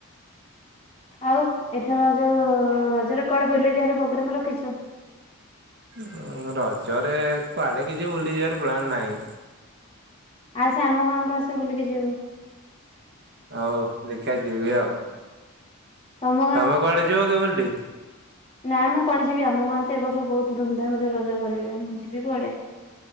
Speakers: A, on the left; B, on the right.
A: ଆଉ ଏଥର ଯୋଉ ରଜର କଡ ବୁଲି ଯଆାର ପ୍ରୋଗ୍ରାମ ରଖିଛ
B: ଉ ରଜରେ କୁଆଡେ କିଛି ବୁଲିଯିବାର ପ୍ଲାନ୍ ନାହିଁ
A: ଆଉ ସେ ଆମ ଗାଁକୁ ଆସ ବୁଲିକି ଯିବୁ
B: ହଉ ଦେଖିବା ଯିବି ଆଉ
A: ତମ
B: ତମେ କୁଆଡେ ଯିବ କିିବଡି
A: ନାଁ ମୁଁ କୁଆଡେ ଯିବି ଆମ ଗାଁ ତ ଏ ବର୍ଷ ବହୁତ ଧୁମଧାମ ରେ ରଜ କରିବି ମୁଁ ଯିବି କୁଆଡେ